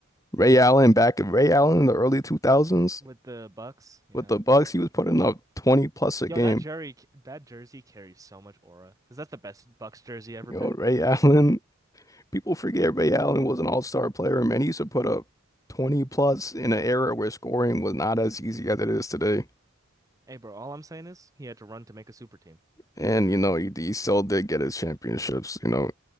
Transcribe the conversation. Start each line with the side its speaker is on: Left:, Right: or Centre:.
Left: Ray Allen back Ray Allen in the early 2000s
Right: with the Bucks? Yeah.
Left: with the Bucks, he was putting up 20 plus a
Right: Yo,
Left: game.
Right: that jersey that jersey carries so much aura because that's the best Bucks jersey ever
Left: Yo,
Right: been.
Left: Ray <laughs> Allen, people forget Ray Allen was an all-star player, man. He used to put up 20 plus in an era where scoring was not as easy as it is today.
Right: Hey, bro, all I'm saying is he had to run to make a super team.
Left: And
Right: He had to,
Left: you know, he, he still did get his championships. You know,